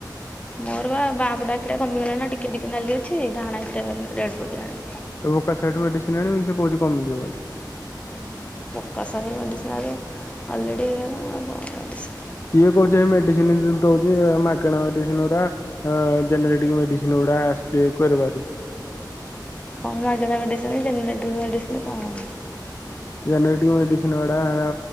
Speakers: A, on the left; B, on the left.
A: ମୋର ବାଁ ପଟ ଆଖିଟା କମିଗଲାଣି ଟିକେ ଟିକେ ନାଲି ଅଛି ଡାହାଣ ଆଖିଟା ରେଡ ପଡିଲାଣି।
B: ପକାସ ସେଠୁ ମେଡିସିନ ଆଣିବ ସେ କହୁଛି କମିଯିବ ବୋଲି
A: ହଁ ହଁ ପକାସାହି ମଡିିସିନରେ ଆଲରେଡ଼ିି <unintelligible>
B: ସିଏ କହୁଛି ମେଡିସିନ ଦଉଛି ମାଗେଣା ମେଡିସିନ ଗୁରା ଜେନେରେଟିକ ମେଡିସିନ ଗୁଡା। <unintelligible> କରିବାରୁ।
A: କଣ ମାଗେଣା ମେଡିସିନ ଜେନେରେଟିକ କଣ
B: ଜେନେରେଟିକ ମେଡିସିନ ଗୁଡା